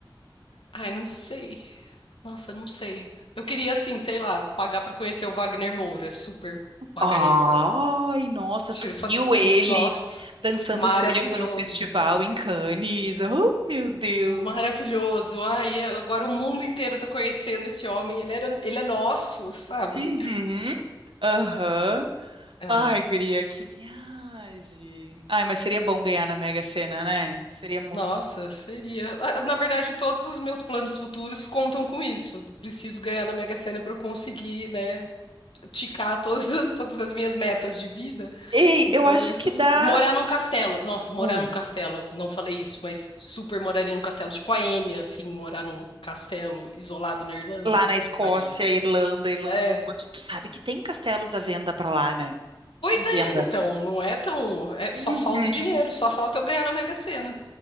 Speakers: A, on the left (about 85°); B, on the right (about 75°).
A: Ai, não sei. Nossa, não sei. Eu queria, assim, sei lá, pagar pra conhecer o Wagner Moura. Super pagaria
B: Ai,
A: pra
B: nossa,
A: te
B: tu
A: fazer.
B: viu ele
A: Nossa,
B: dançando
A: maravilhoso.
B: frevo no festival em Cannes? Oh, meu Deus.
A: Maravilhoso. Ai, agora o mundo inteiro tá conhecendo esse homem. Ele era, ele é nosso, sabe?
B: Uhum. Aham.
A: Ah,
B: Ai, guria, que viagem. Ai, mas seria bom ganhar na Mega Sena, né? Seria muito.
A: nossa, seria. Ah, Na verdade, todos os meus planos futuros contam com isso. Preciso ganhar na Mega Sena pra eu conseguir, né, ticar todas, as- todas as minhas metas de vida.
B: Ei,
A: Então
B: eu acho
A: é isso
B: que
A: que eu preciso.
B: dá
A: Morar num castelo. Nossa, morar
B: Hum.
A: num castelo. Não falei isso, mas super moraria num castelo. Tipo a Enya, assim, morar num castelo isolado na Irlanda.
B: lá na Escócia,
A: Faria.
B: Irlanda, Irlanda
A: É.
B: do Norte. Tu sabe que tem castelos à venda pra lá, né?
A: Pois
B: Em venda.
A: é, então. Não é tão. é-
B: Uhum.
A: só falta o dinheiro, só falta eu ganhar na Mega Sena.